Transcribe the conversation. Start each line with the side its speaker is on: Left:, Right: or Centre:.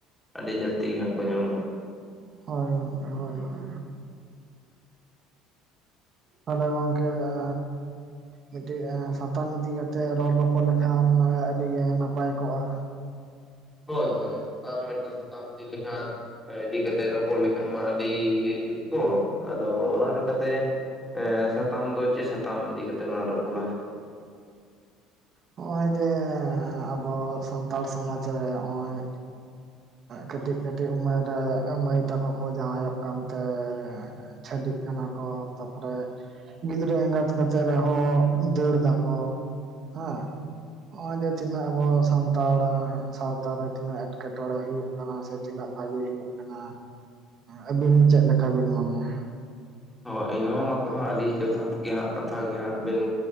Centre: ᱟᱹᱰᱤ ᱡᱟᱹᱥᱛᱤ ᱜᱮ ᱦᱟᱸᱜ ᱠᱚ ᱧᱟᱢᱚᱜᱼᱟ᱾
Right: ᱦᱳᱭ ᱜᱚᱝᱠᱮ ᱦᱳᱭ ᱦᱳᱭ ᱦᱮᱞᱳ ᱜᱟᱝᱠᱮ ᱟ ᱢᱤᱫᱴᱮᱱ ᱥᱟᱛᱟᱢ ᱤᱫᱤ ᱠᱟᱛᱮᱜ ᱨᱚᱲ ᱨᱚᱯᱚᱲ ᱞᱮᱠᱷᱟᱱ ᱟᱹᱰᱤᱜ ᱱᱟᱯᱟᱭ ᱠᱚᱜᱼᱟ᱾
Centre: ᱦᱳᱭ ᱦᱳᱭ, ᱠᱟᱨᱚᱱ ᱢᱮᱫᱴᱟᱝ ᱥᱟᱛᱟᱢ ᱤᱫᱤ ᱞᱮᱠᱷᱱ ᱤᱫᱤ ᱠᱟᱛᱮᱜ ᱨᱚᱯᱚᱲ ᱞᱮᱠᱷᱟᱱ ᱢᱟ ᱟᱹᱰᱤ ᱡᱩᱛ ᱠᱚᱜ, ᱟᱫᱚ ᱚᱱᱟ ᱞᱮᱠᱟᱛᱮ ᱮ ᱥᱟᱛᱟᱢ ᱫᱚ ᱪᱮᱫ ᱥᱟᱛᱟᱢ ᱤᱫᱤ ᱠᱟᱛᱮᱜ ᱞᱟᱝ ᱨᱚᱯᱚᱲᱟ?
Right: ᱱᱚᱜᱼᱚᱭ ᱡᱮ ᱟᱵᱚ ᱥᱟᱱᱛᱟᱲ ᱥᱚᱢᱟᱡᱽ ᱨᱮ ᱱᱚᱜᱼᱚᱭ, ᱠᱟᱹᱴᱤᱡ ᱠᱟᱹᱴᱤᱡ ᱩᱢᱮᱨ ᱨᱮ ᱢᱟᱹᱭ ᱛᱟᱠᱚ ᱠᱚ ᱡᱟᱶᱟᱭᱚᱜ ᱠᱟᱱᱛᱮ, ᱪᱷᱟᱹᱰᱤᱜ ᱠᱟᱱᱟ ᱠᱚ ᱛᱟᱨᱯᱚᱨᱮ ᱜᱤᱫᱽᱨᱟᱹ ᱮᱸᱜᱟᱛ ᱠᱟᱛᱮᱜ ᱨᱮᱦᱚᱸ ᱫᱟᱹᱲ ᱫᱟᱠᱚ, ᱦᱟᱸ ᱱᱚᱜ ᱚᱭ ᱡᱮ ᱛᱤᱱᱟᱹᱜ ᱟᱵᱚ ᱥᱟᱱᱛᱟᱲ ᱥᱟᱶᱛᱟᱨᱮ ᱛᱤᱱᱟᱹᱜ ᱮᱸᱴᱠᱮᱴᱚᱬᱮ ᱦᱩᱭᱩᱜ ᱠᱟᱱᱟ ᱥᱮ ᱛᱤᱱᱟᱹᱜ ᱵᱷᱟᱜᱤ ᱦᱩᱭᱩᱜ ᱠᱟᱱᱟ ᱟᱹᱵᱤᱱ ᱪᱮᱫ ᱞᱮᱠᱟ ᱵᱤᱱ ᱢᱚᱱᱮᱭᱟ?
Centre: ᱦᱳᱭ ᱱᱚᱣᱟ ᱢᱟᱛᱚ ᱦᱟᱸᱜ ᱟᱹᱰᱤ ᱡᱚᱛᱷᱟᱛ ᱜᱮ ᱦᱟᱸᱜ ᱠᱟᱛᱷ ᱜᱮ ᱦᱟᱸᱜ ᱵᱮᱱ,